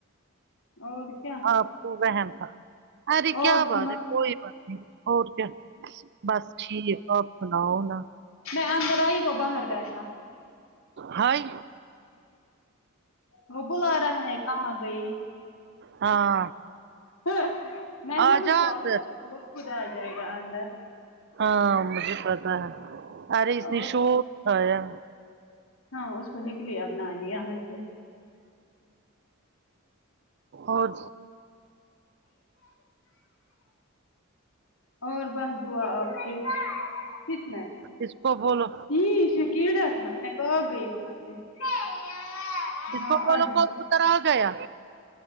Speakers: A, on the left (about 75°); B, on the right (about 55°).
A: اور کیا
B: سب کو وہم تھا ارے
A: اور
B: کیا بات
A: سنا
B: ہے کوئی بات نہیں اور کیا بس ٹھیک آپ سناؤ نا
A: میں اندر آئی وہ باہر بیٹھا
B: ہائی
A: وہ بلا رہا ہے کہاں گئی
B: ہاں
A: ہا میں نہ
B: آ
A: تجھ
B: جا
A: کو
B: اندر
A: آواز دوںگا وہ خود آ جائے گا اندر
B: ہاں ں مجھے پتا ہے ارے اس
A: اور
B: نے شور آٹھایا
A: ہاں اس کو نکلی اب نانی یہاں سے
B: اور
A: اور بس دعا آپ کی کتنا ہے
B: اس کو بولو
A: جی یہش کیڑا تھا میں بھاگ گئی وہاں سے <unintelligible>
B: اس
A: ہاں
B: کو بولو
A: اجاو
B: کبوتر آ گیا